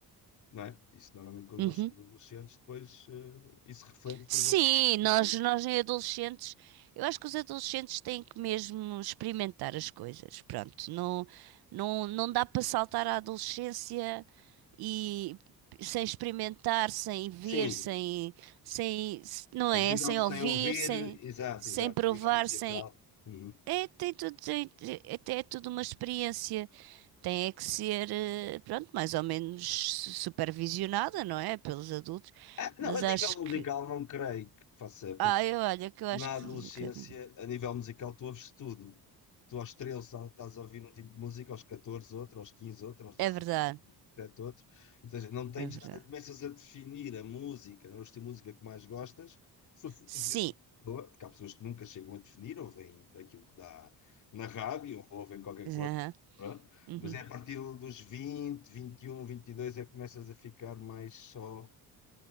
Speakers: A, on the left; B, on the right.
A: não é? Isso normalmente quando
B: Uhum.
A: nós somos adolescentes, depois eh, isso reflete,
B: Sim,
A: por exemplo, assim que
B: nós,
A: fazemos.
B: nós em adolescentes, eu acho que os adolescentes têm que mesmo experimentar as coisas. Pronto, não, não, não dá para saltar à adolescência e sem experimentar, sem ver,
A: Sim,
B: sem, sem, não
A: a
B: é?
A: nível
B: Sem
A: de
B: ouvir,
A: sem ouvir,
B: sem,
A: exato,
B: sem
A: exato,
B: provar,
A: a nível musical.
B: sem.
A: Uhum.
B: É, tem tudo, tem, tem- até é tudo uma experiência. Tem é que ser, eh, pronto, mais ou menos su- supervisionada, não é? Pelos adultos.
A: Ah, não,
B: Mas
A: a nível
B: acho
A: musical
B: que.
A: não creio que faça, porque
B: Ah, eu olha, que eu acho
A: na
B: que
A: adolescência,
B: um bocadinho.
A: a nível musical, tu ouves tudo. Tu aos 13 estás estás a ouvir um tipo de música, aos 14 outro, aos 15 outro, aos dezasseis
B: É verdade,
A: outro, aos 17 outro. Ou seja, não tens,
B: é verdade.
A: nada, começas a definir a música, não é? O estilo de música que mais gostas. Se fores
B: Sim.
A: de pessoa, porque há pessoas que nunca chegam a definir, ouvem aquilo que dá na rádio, ou ouvem qualquer
B: Aham,
A: coisa. Pronto.
B: uhum.
A: Mas é a partir dos vinte vinte e um vinte e dois é que começas a ficar mais só